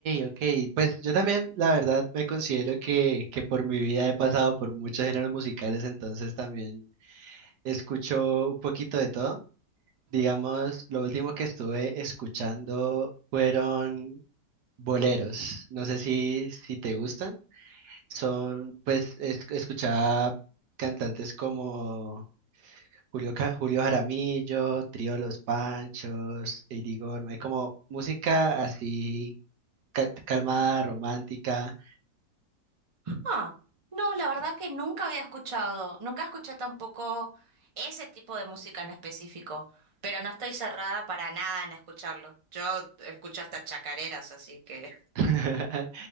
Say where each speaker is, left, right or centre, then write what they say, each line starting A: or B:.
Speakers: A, on the right (about 70°); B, on the right (about 25°).
A: ok. Pues yo también, la verdad, me considero que, que por mi vida he pasado por muchos géneros musicales, entonces también escucho un poquito de todo. Digamos, lo último que estuve escuchando fueron boleros. No sé si, si te gustan. Son, pues, es- escuchaba cantantes como Julio, Ca- Julio Jaramillo, Trío Los Panchos, Eddie Gorme, como música así cal- calmada, romántica.
B: Ah, no, la verdad que nunca había escuchado, nunca escuché tampoco ese tipo de música en específico, pero no estoy cerrada para nada en escucharlo. Yo escucho hasta chacareras, así que...
A: <laughs>